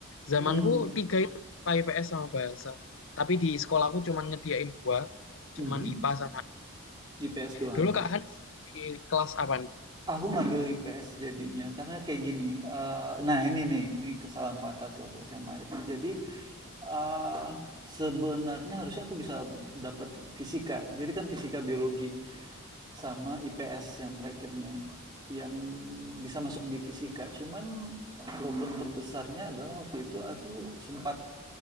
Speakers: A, on the left (about 60°); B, on the right (about 20°).
A: zamanku
B: Mhm,
A: tiga itu IPA IPS sama bahasa tapi di sekolahku cuman nyediain dua
B: mhm.
A: cuman IPA sama
B: IPS doang
A: Dulu
B: gitu.
A: Kak Hans di kelas apa nih?
B: Aku ngambil IPS jadinya karena kayak gini. eh, nah ini nih, ini kesalahan fatal sih waktu SMA itu. Jadi eh, sebenarnya harusnya aku bisa b- dapat fisika. Jadi kan fisika biologi sama IPS yang terakhirnya yang bisa masuk di fisika. Cuman problem terbesarnya adalah waktu itu aku sempat